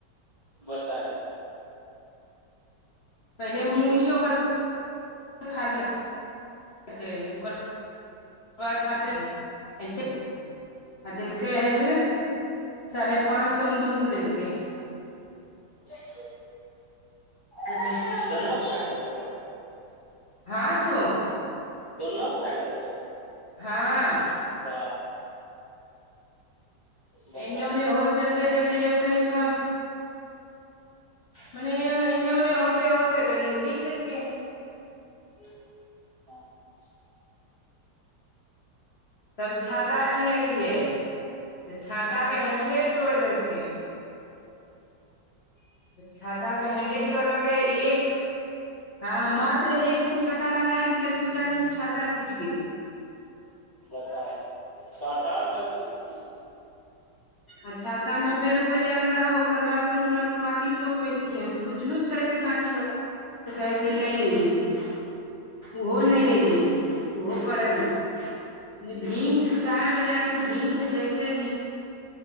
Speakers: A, on the right (about 30°); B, on the left (about 55°).
A: बताऽ।
B: पहले मूड़ी ओकर फाड़लकै ओकर बाद फाड़तै की। ऐसे आ देलकै हे साढ़े पाँच सौ मे दूगो देलकै।
A: <unintelligible>
B: सब ऐसे ही
A: दुनो
B: छै
A: फाएड़ देलकौ।
B: हँ तो
A: दुनो फाएड़ देलकौ।
B: हँ।
A: बाह। बताही
B: एने ओने होई चलते- चलत एगो तनीका। मने एने ओने होते - होते देलियै बीग देलियै ह।
A: <inaudible>
B: तब छाता किनलियै, तऽ छाता के हैंडिले तोड़ि देलकै। छाता के हेंडिल तोड़ देलकै एक हँ मात्र एक दिन छाता लगाक गेले, दूसरा दिन उ छाता टूटि गेलै।
A: बताउ कहां तार लगल छै की?
B: अच्छा ता नब्बे रुपैआ के रहौ, ओकर बाद फिर ओकरा काॅंटी ठोकबेलखिन हे, तऽ लुच लुच करे छै काँटी वाला। तऽ कहै छै
A: हँ
B: नहि ले जयबै, ओहो नहि ले जेतै। ओहो पड़ल छै, भींक गाय बजा कऽ ओ भींक जेतै